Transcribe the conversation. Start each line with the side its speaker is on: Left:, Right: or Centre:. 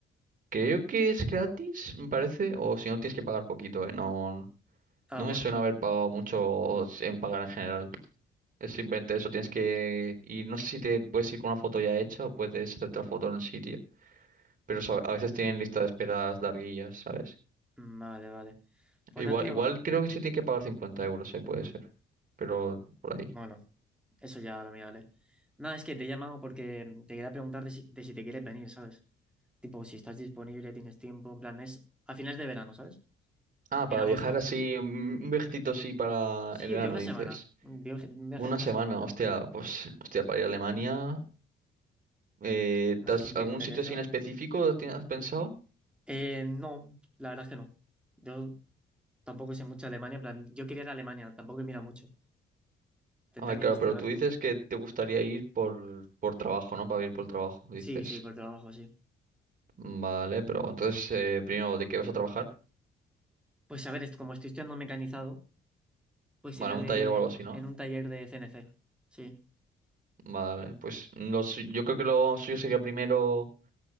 Right: Creo que es gratis, me parece, o si no tienes que pagar poquito, ¿eh? No,
Centre: Ah,
Right: no
Centre: bueno.
Right: me suena haber pagado mucho o s- en pagar en general. Es simplemente eso, tienes que ir, no sé si te puedes ir con una foto ya hecha o puedes hacer otra foto en el sitio, pero sa- a veces tienen lista de esperas larguillas, ¿sabes?
Centre: mm, Vale, vale. Pues
Right: Igual,
Centre: nada, tío.
Right: igual creo que sí tienes que pagar 50 euros, ¿eh? Puede ser, pero por ahí.
Centre: Bueno. Eso ya lo miraré. Nada, es que te he llamado porque te quería preguntar de si, de si te quieres venir, ¿sabes? Tipo, si estás disponible, tienes tiempo, en plan, es a finales de verano, ¿sabes?
Right: Ah,
Centre: En
Right: para
Centre: agosto.
Right: viajar así, un un viajecito así para
Centre: Sí,
Right: el verano,
Centre: de una
Right: dices.
Centre: semana. Un viaje, un viaje
Right: Una
Centre: de una
Right: semana,
Centre: semanita.
Right: hostia, pues, hostia, para ir a Alemania. eh, ¿te
Centre: No
Right: has-
Centre: sé si
Right: algún
Centre: te interesa.
Right: sitio así en específico ti- has pensado?
Centre: Eh, no, la verdad es que no. Yo tampoco sé mucho de Alemania, en plan, yo quería ir a Alemania, tampoco he mirado mucho. Tendría
Right: A ver,
Centre: que
Right: claro,
Centre: investigar.
Right: pero tú dices que te gustaría ir por, por trabajo, ¿no? Para ir por el trabajo, dices.
Centre: Sí, sí, por trabajo, sí.
Right: Vale, pero entonces, eh, primero, ¿de qué vas a trabajar?
Centre: Pues a ver, es- como estoy estudiando mecanizado, pues
Right: Vale,
Centre: sería
Right: un
Centre: de
Right: taller o algo así, ¿no?
Centre: en un taller de CNC. Sí.
Right: Vale, pues lo su- yo creo que lo suyo sería primero...